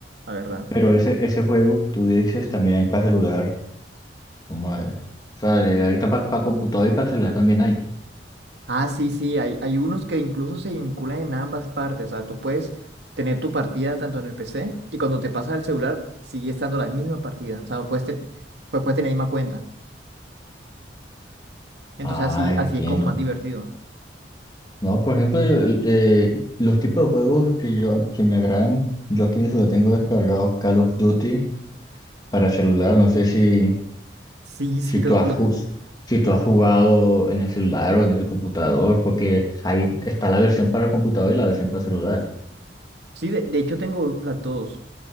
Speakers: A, on the right; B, on the left.
A: la verdad.
B: pero ese, ese juego que tú dices también hay para celular. No madre. O sea, de- ahorita para computador y para celular también hay.
A: Ah, sí, sí, hay, hay unos que incluso se vinculan en ambas partes. O sea, tú puedes tener tu partida tanto en el PC y cuando te pasas al celular sigue estando la misma partida. O sea, no puedes, te- pues puedes tener la misma cuenta. Entonces
B: Ah,
A: así,
B: entiendo.
A: así es como más divertido.
B: No, por ejemplo, yo- eh, los tipos de juegos que yo que me agradan, yo aquí en el celular tengo descargados Call of Duty para celular, no sé si
A: Sí, sí,
B: si tú
A: lo,
B: has,
A: lo-
B: jus- si tú has jugado en el celular o en el computador, porque ahí está la versión para computador y la versión para celular.
A: sí, de, de hecho tengo las dos.